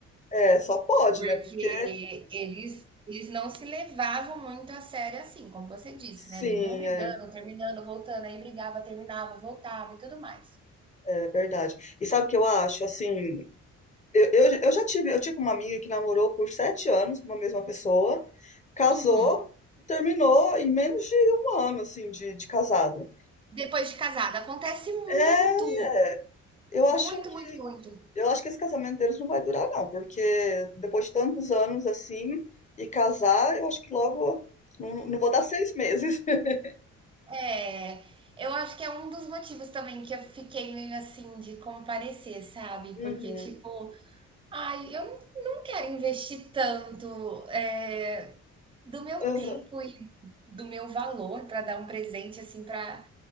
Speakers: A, on the left (about 25°); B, on the right (about 20°).
A: é, só pode,
B: Porque
A: né? Porque
B: eles, eles não se levavam muito a sério assim, como você disse, né?
A: sim,
B: Viviam brigando,
A: é,
B: terminando, voltando, aí brigava, terminava, voltava e tudo mais.
A: é verdade. E sabe o que eu acho? Assim, eu, eu, eu já tive, eu tive uma amiga que namorou por sete anos com uma mesma pessoa, casou
B: Uhum.
A: e terminou em menos de um ano, assim, de, de casado.
B: Depois de casada, acontece muito.
A: É, é, eu acho
B: Muito,
A: que
B: muito, muito.
A: Eu acho que esse casamento deles não vai durar, não, porque depois de tantos anos assim, e casar, eu acho que logo. Não, não vou dar seis meses. <laughs>
B: É, eu acho que é um dos motivos também que eu fiquei meio assim de comparecer, sabe?
A: Uhum,
B: Porque, tipo, ai, eu não não quero investir tanto, eh, do meu
A: uhum.
B: tempo e do meu valor para dar um presente, assim, para